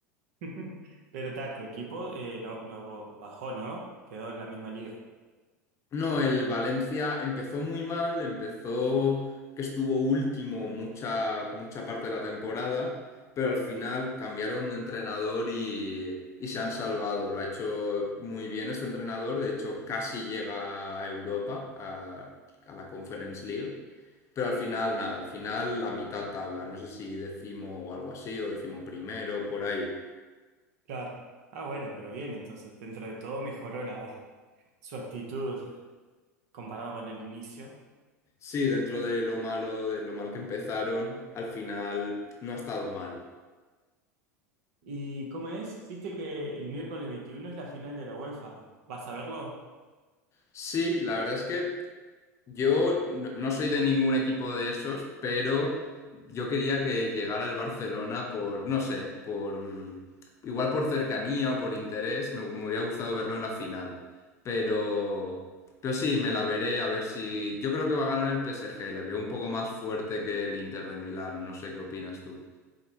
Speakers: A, on the right (about 60°); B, on the left (about 30°).
A: <laughs> pero ta, tu equipo eh, no, no bajó, ¿no? Quedó en la misma liga.
B: No, el Valencia empezó muy mal, empezó que estuvo último mucha, mucha parte de la temporada, pero al final cambiaron de entrenador y, y se han salvado. Lo ha hecho muy bien este entrenador, de hecho casi llega a Europa, a, a la Conference League, pero al final nada, al final la mitad tabla, no sé si decimo o algo así, o decimo primero, por ahí.
A: Claro. Ah, bueno, pero bien, entonces dentro de todo mejoró la, su actitud comparado con el inicio.
B: Sí, dentro de lo malo, de lo mal que empezaron, al final no ha estado mal.
A: ¿Y cómo es? ¿Viste que el miércoles 21 es la final de la UEFA? ¿Vas a verlo?
B: Sí, la verdad es que yo no no soy de ningún equipo de esos, pero yo quería que llegara el Barcelona por, no sé, por igual por cercanía o por interés, me, me hubiera gustado verlo en la final. Pero, pero sí, me la veré a ver si. Yo creo que va a ganar el PSG, le veo un poco más fuerte que el Inter de Milán, no sé qué opinas tú.